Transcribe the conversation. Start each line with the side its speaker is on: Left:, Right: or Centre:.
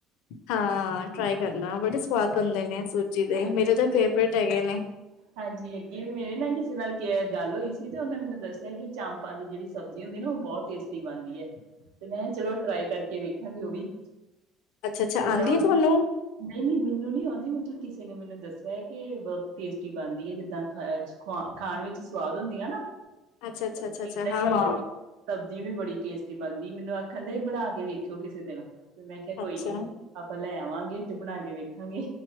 Left: ਹਾਂ, ਟਰਾਈ ਕਰਨਾ ਬੜੇ ਸਵਾਦ ਬਣਦੇ ਨੇ, ਸੂਜੀ ਦੇ
Right: ਹਾਂਜੀ।
Left: ਮੇਰੇ ਤਾਂ ਫੇਵਰੇਟ ਹੈਗੇ ਨੇ
Right: ਹਾਂਜੀ, ਅੱਗੇ ਵੀ ਮੇਰੀ ਨਾ ਕਿਸੇ ਨਾਲ ਗੱਲ ਹੋਈ ਸੀ। ਤੇ ਉਨਾ ਮੈਨੂੰ ਦੱਸਿਆ ਕਿ ਚੰਪਾ ਆਪਾਂ ਦੀ ਜਿਹੜੀ ਸਬਜ਼ੀ ਹੁੰਦੀ ਹੈ। ਨਾ ਉਹ ਬਹੁਤ ਟੇਸਟੀ ਬਣਦੀ ਹੈ।
Left: <unintelligible>
Right: ਤੇ ਮੈਂ ਕਿਹਾ ਚਲੋ ਟਰਾਈ ਕਰਕੇ ਵੇਖਾਂਗੇ ਉਹ ਵੀ।
Left: ਅੱਛਾ ਅੱਛਾ
Right: ਜਿੱਦਾਂ
Left: ਆਂਦੀ ਹੈ ਤੁਹਾਨੂੰ
Right: ਨਹੀਂ ਨਹੀਂ ਮੈਨੂੰ ਨੀ ਆਉਂਦੀ ਮਤਲਬ ਕਿਸੇ ਨੇ ਮੈਨੂੰ ਦੱਸਿਆ ਕਿ ਬਹੁਤ ਟੇਸਟੀ ਬਣਦੀ ਹੈ ਜਿੱਦਾਂ ਖਆ ਖਵਾਨ! ਖਾਣ ਵਿੱਚ ਸਵਾਦ ਹੁੰਦੀ ਆ ਨਾ?
Left: ਅੱਛਾ ਅੱਛਾ ਅੱਛਾ,
Right: ਏਦਾਂ
Left: ਹਾ
Right: ਹੀ
Left: ਹਾ
Right: ਹੈ।
Left: ਹਾ
Right: ਸਬਜ਼ੀ ਵੀ ਬੜੀ ਟੇਸਟੀ ਬਣਦੀ ਮੈਨੂੰ ਆਖਣ ਦੇ ਬਣਾ ਕੇ ਵੇਖਿਓ ਕਿਸੇ ਦਿਨ ਤੇ, ਮੈਂ ਕਿਹਾ ਕੋਈ
Left: ਅੱਛਾ
Right: ਨੀ ਆਪਾਂ ਲੈ ਆਵਾਂਗੇ ਤੇ ਬਣਾ ਕੇ ਵੇਖਾਂਗੇ।